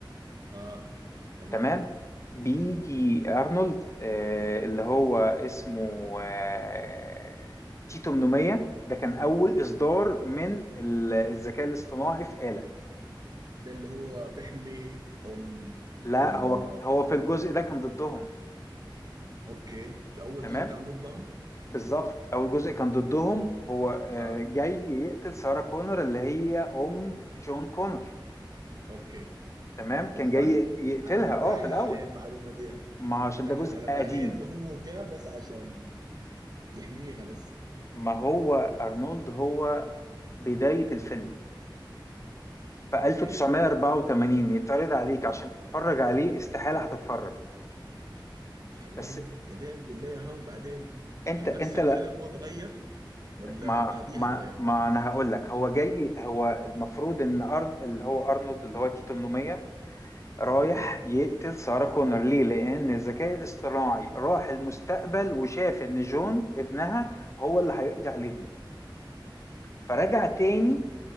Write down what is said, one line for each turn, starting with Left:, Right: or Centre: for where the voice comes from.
Right: اه تمام
Left: تمام بيجي ارنولد آه، اللي هو اسمه آه، تيتو 800 ده كان اول اصدار من ال- الذكاء الاصطناعي في آلة
Right: ده اللي هو بيحمي ام
Left: لا
Right: ام
Left: هو
Right: آه.
Left: هو في الجزء ده كان ضدهم
Right: اوكي في اول
Left: تمام
Right: جزء كان ضدهم
Left: بالظبط اول جزء كان ضدهم هو آه،
Right: اها
Left: جاي يقتل سارة كونر اللي هي ام جون كونر
Right: اوكي
Left: تمام
Right: والله
Left: كان جاي يقتلها
Right: انا كنت
Left: اه
Right: تايه
Left: في الاول
Right: عليه المعلومه دي يعني.
Left: ما عشان
Right: انا
Left: ده جزء
Right: على بالي
Left: قديم
Right: انه هو جاء بس عشان يحميها بس
Left: ما هو ارنولد هو بداية الفيلم في
Right: اوكي
Left: 1984 يتعرض عليك عشان تتفرج عليه استحالة هتتفرج
Right: يا مان
Left: بس
Right: كده قول لي ها وبعدين
Left: انت
Right: في
Left: انت
Right: نفس الفيلم
Left: لا
Right: هو اتغير ولا
Left: ما
Right: بعديها
Left: ما
Right: اتغير
Left: ما انا هقول لك هو جاي هو المفروض ان أرن اللي هو ارنولد اللي هو تي 800 رايح
Right: اوكي
Left: يقتل سارة كونر ليه؟ لان الذكاء الاصطناعي راح المستقبل وشاف ان جون ابنها هو اللي هيقضي عليهم فرجع تاني